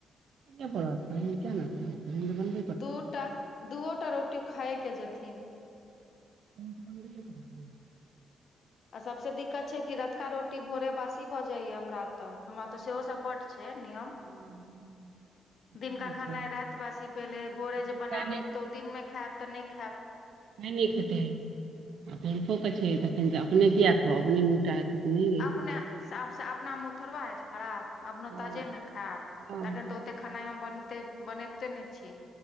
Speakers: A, on the right; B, on the left.
A: पनिर किया नय बनत पनिर बनै
B: दूटा दूओटा रोटी खाए कऽ जेथिन
A: तहन तऽ बनबाये <unintelligible>
B: आ सबसे दिक्कत छै कि रतुका रोटी भोरे बासी भऽ जाइ य हमरा एतऽ हमरा तऽ सेहो सब बड्ड छै नियम
A: हँ - हँ
B: दिनका खेनाइ
A: छै
B: राइत बासी भेलै भोरे
A: बच्चा
B: जे बना
A: नहि
B: लेब तऽ ओ दिनमे खैब तऽ नय खैब
A: नय नऽ खेतै आ पुरुखो कऽ छै तऽ फेत तऽ अपने किया खाउ अपने मुटा केँ तऽ नय
B: अपने साफ सँ अपना मुँह थोड़बा हेत खराब अपो
A: हँ
B: ताजे नऽ खैब
A: हँ
B: तखैन
A: हँ,
B: तऽ ओते खेनाइ हम बनते बनेबिते नय छी